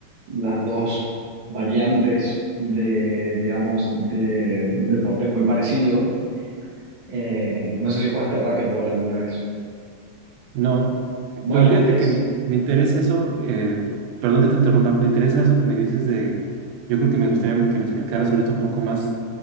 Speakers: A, on the right; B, on the right.
A: las dos variantes de, digamos, de un deporte muy parecido. Eh, no sé si jugaste racquetball alguna vez.
B: No.
A: Bueno,
B: Pero fíjate
A: es...
B: que me, me interesa eso, eh, perdón que te interrumpa, me interesa eso que me dices de, yo creo que me gustaría que me explicaras ahorita un poco más